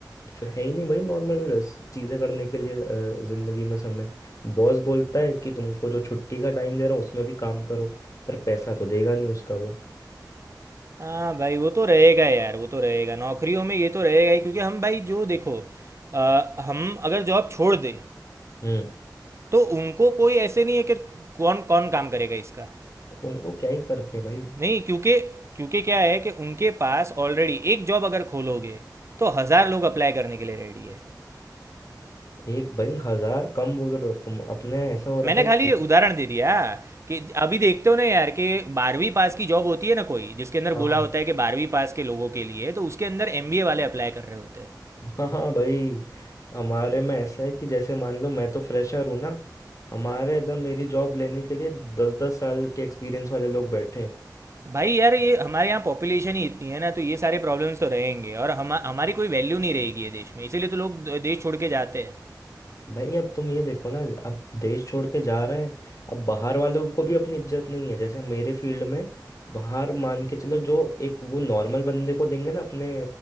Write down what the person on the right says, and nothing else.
हाँ भाई वो तो रहेगा यार वो तो रहेगा नौकरियों में ये तो रहेगा ही क्योंकि हम भाई जो देखो अ, हम अगर जॉब छोड़ दे
तो उनको कोई ऐसे नहीं है कि कौन कौन काम करेगा इसका
नहीं क्योंकि क्योंकि क्या है कि उनके पास ऑलरेडी एक जॉब अगर खोलोगे तो हज़ार लोग अप्लाई करने के लिए रेडी है
मैंने
खाली
ये उदाहरण दे दिया कि अभी देखते हो ना यार कि बारहवीं पास की जॉब होती है ना कोई जिसके अंदर
बोला होता है कि बारहवीं पास के लोगों के लिए तो उसके अंदर एमबीए वाले अप्लाई कर रहे होते हैं
भाई यार ये हमारे यहाँ पॉपुलेशन ही इतनी है ना तो ये सारे प्रॉब्लम्स तो रहेंगे और हम हमारी कोई वैल्यू नहीं रहेगी ये देश में इसीलिए तो लोग द- देश छोड़ के जाते हैं